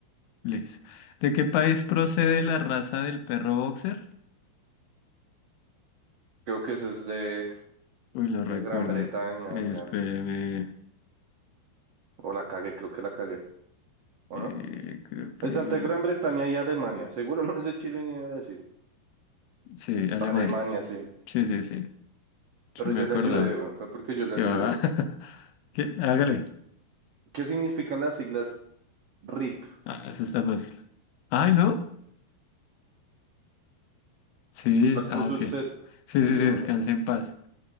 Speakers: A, on the left; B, on the right.
A: Listo. ¿De qué país procede la raza del perro boxer?
B: Creo que ese es de,
A: Uy, no recuerdo.
B: de Gran Bretaña,
A: Eh,
B: weón.
A: espéreme.
B: O la cagué, creo que la cagué. ¿O
A: Eh,
B: no?
A: creo que...
B: Es entre Gran Bretaña y Alemania. Seguro <laughs> no es de Chile ni de Brasil.
A: Sí, Alemania.
B: Alemania, sí.
A: Sí, sí, sí. Sí,
B: Pero
A: me
B: yo
A: acordaba.
B: le ayudé, weón. Fue porque yo le
A: ¿Qué
B: ayudé.
A: va? <laughs> ¿Qué? Hágale.
B: ¿Qué significan las siglas RIP?
A: Ah, eso está fácil. Ay, ¿no? Sí,
B: ¿Cuál puso
A: ah, ok.
B: usted?
A: Sí, sí,
B: Sí,
A: sí,
B: obvio.
A: descansa en paz.